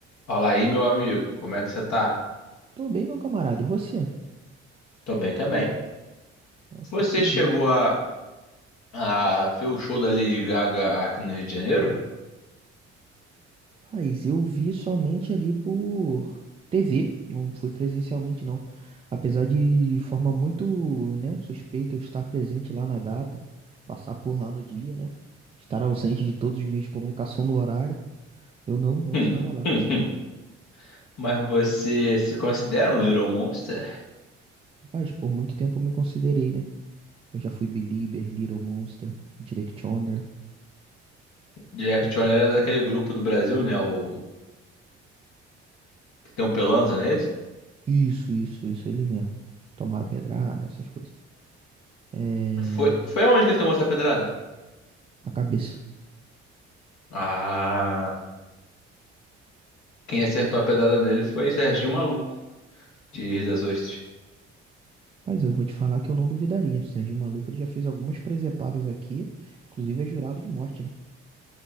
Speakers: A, on the left; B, on the right.
A: Fala aí, meu amigo, como é que você tá?
B: Tô bem, meu camarada. E você?
A: Tô bem também.
B: Eu fico
A: Você
B: feliz.
A: chegou a, a ver o show da Lady Gaga aqui no Rio de Janeiro?
B: Paz, eu vi somente ali por TV, não fui presencialmente, não. Apesar de forma muito, né, suspeita eu estar presente lá na data, passar por lá no dia, né? Estar ausente de todos os meios de comunicação no horário, eu não, não
A: Hum,
B: estava lá.
A: hum, hum. Mas você se considera um Little Monster?
B: Rapaz, por muito tempo eu me considerei, né? Eu já fui Belieber, Little Monster, Directioner,
A: Jack
B: mas...
A: era daquele grupo do Brasil, né? O que tem um Pelanza, não é esse?
B: Isso, isso, isso, ele mesmo. Tomaram pedrada, essas coisas. É...
A: Foi, foi aonde que ele tomou essa pedrada?
B: A cabeça.
A: Ah, quem acertou a pedrada nele foi Serginho Maluco, de Rio das Ostras.
B: Mas eu vou te falar que eu não duvidaria. Serginho Maluco, ele já fez algumas presepadas aqui, inclusive é jurado de morte, né?